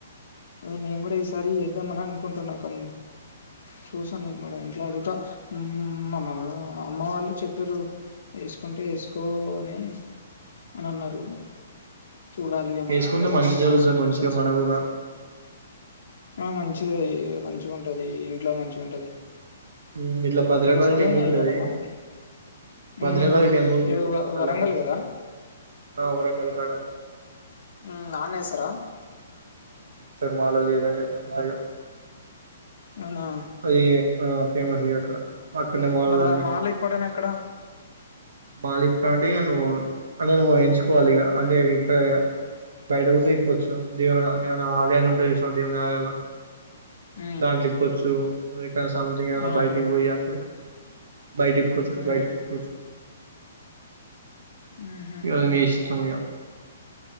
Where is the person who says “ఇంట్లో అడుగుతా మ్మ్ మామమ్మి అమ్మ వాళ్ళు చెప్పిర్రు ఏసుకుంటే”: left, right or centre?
Left